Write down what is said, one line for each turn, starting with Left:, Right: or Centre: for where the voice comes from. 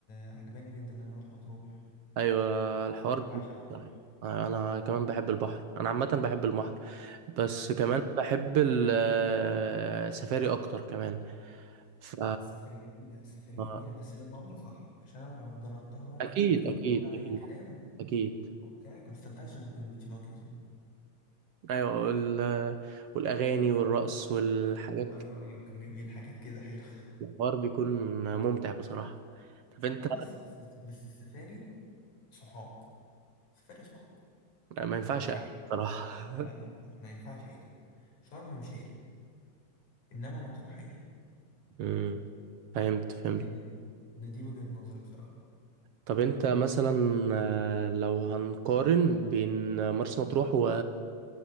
Left: عجباني جدا ان انا اروح مطروح
Right: ايوه الحوار
Left: يعني انا
Right: جميل
Left: بعشق مطروح
Right: بصراحة. أيوة، انا كمان بحب البحر انا عامه بحب البحر بس كمان بحب ال- آه، السفاري اكتر كمان ف
Left: السفاري جميلة السفاري جميلة
Right: آه،
Left: بس لو معمولة صح عشان أنا جربتها مرة
Right: اكيد
Left: كده كانت
Right: اكيد
Left: معمولة
Right: اكيد
Left: أي كلام
Right: اكيد
Left: وبتاع مستمتعتش غير بالبيتش باجي أظن
Right: ايوه ال- والاغاني والرقص والحاجات
Left: أيوه أيوه كانوا جايبين حاجات كده حلوة
Right: الحوار بيكون ممتع بصراحه
Left: <laughs>
Right: طب انت
Left: أه بس بس, بس السفاري صحاب السفاري صحاب
Right: ما ينفعش
Left: مش
Right: أقعد
Left: عيلة
Right: بصراحه
Left: لا لا
Right: <laughs>
Left: لا ما ينفعش عيلة شرم مش عيلة إنما مطروح عيلة
Right: أمم، فهمت فهمت
Left: يعني ده دي وجهة نظري بصراحة
Right: طب انت مثلا آه، لو هنقارن بين مرسى مطروح و